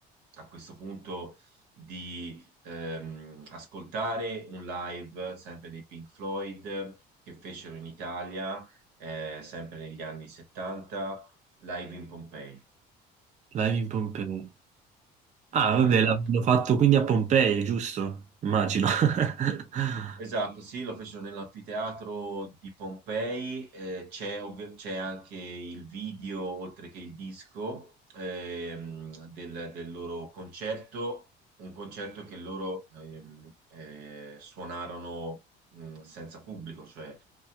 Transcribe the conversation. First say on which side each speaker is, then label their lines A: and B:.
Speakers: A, on the right (about 90°); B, on the right (about 40°).
A: a questo punto di ehm, ascoltare un live sempre dei Pink Floyd che fecero in Italia, eh, sempre negli anni 70, live in Pompei.
B: Live in Pompeo. Ah, vabbè,
A: Esatto.
B: l'hanno fatto quindi a Pompei, giusto? Immagino. <laughs>
A: Esatto, sì, lo fecero nell'anfiteatro di Pompei, eh, c'è ovvi- c'è anche il video, oltre che il disco, ehm, del, del loro concerto, un concerto che loro ehm, eh, suonarono mh, senza pubblico, cioè